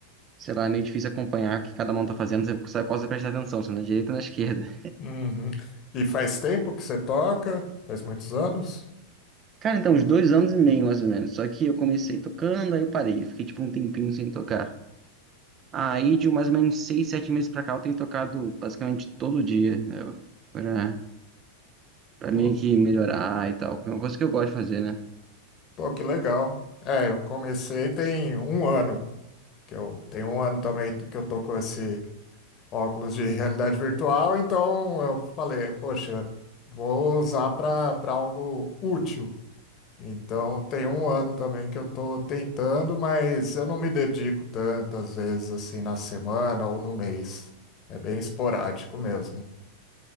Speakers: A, on the right (about 30°); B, on the left (about 35°).
A: sei lá, é meio difícil acompanhar o que cada mão tá fazendo, você sabe qual você presta atenção, se é na direita ou na esquerda.
B: Uhum. E faz tempo que você toca? Faz muitos anos?
A: <laughs> Cara, então, uns dois anos e meio, mais ou menos. Só que eu comecei tocando, aí eu parei, fiquei tipo um tempinho sem tocar. Aí, de mais ou menos seis, sete meses pra cá, eu tenho tocado basicamente todo dia, né? Eu- Pra, pra meio
B: Pô,
A: que melhorar e tal. É uma coisa que eu gosto de fazer, né?
B: pô, que legal. É, eu comecei tem um ano, que eu tenho um ano também que eu tô com esse óculos de realidade virtual, então eu falei, poxa, vou usar para para algo útil. Então tem um ano também que eu tô tentando, mas eu não me dedico tantas vezes assim na semana ou no mês. É bem esporádico mesmo.